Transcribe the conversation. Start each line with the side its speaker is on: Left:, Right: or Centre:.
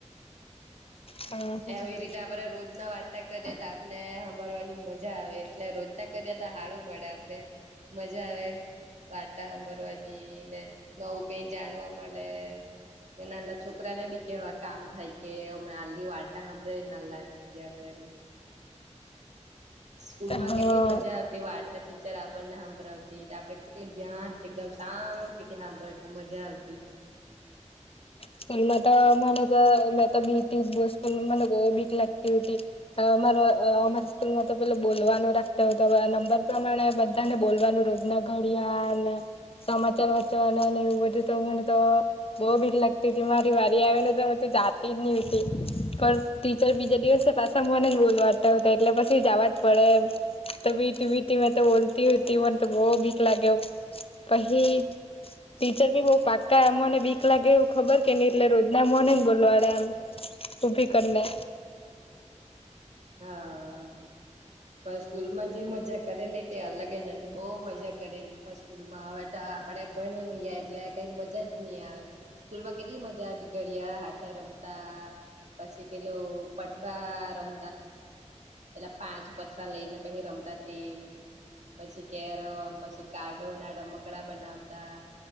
Left: હા હા
Right: એવી રીતે આપણેે રોજના વાર્તા કરીએ ને સાંભરવાની મજા આવે એટલે રોજતા કર્યા તો હારું પડે આપડે મજા આવે વાટા હભરવા ને નવું કઈ જાણવા મળે નાના છોકરાને બી કેવા કામ થઈ કે અ વાતાા સાંભળ નલ અત્યારે સ્કૂલ માં
Left: હા
Right: કેટલી મજા આવતી વાર્તા ટીચર આપણને સાંભળાવતા આપડે કેટલું ધ્યા એકમ શા સાંભળતા મજા આવતી <unintelligible>
Left: સ્કૂલમાં તો મને તો મે તો બી સ્કૂલ મને બીક લાગતી હતી અમારા સ્કૂલમાં તો પે બોલવાનું રાખતા હોય નંબર પ્રમાણે બધાને બોલવાનું રોજ ના ઘડિયા અને સમાચાર વાચવા એવું બધું તો મને તો બહ ભીક લાગ મારી વારી આવે ને તો હ તું જાતી જ નહતી પણ ટીચર બીજા દિવસે પાછા મને બોલવાતાતા એટલે પછી જવા જ પડે એમ તો બી ત બીતી મેં તો બોલતી હતી મને તો બહ વીિક લાગે પહી ટીચર બી બહ પાકા એમને વીિક લાગે ખબર કે નહ એટલે રોજ ના મોને જ બોલવાડે એમ ઊભી કરીને
Right: હા પણ સ્કૂલ માં જે મજા કરેલી તે અલગ જ હતી બહ મજા કરેલી પણ સ્કૂલમાં આ આપણે ભણી રહએ એટલે કઈ મજા જ નહી આવે સ્કૂલમાં કેટલી મજા બીગળ્યા હાથે રમતા પછી પેલું પઠરા રમ પેલા પાંચ પછા લઈને પછી રમતા તે પછી કેરમ પછી કાડોના ડ મકડા બનાવતા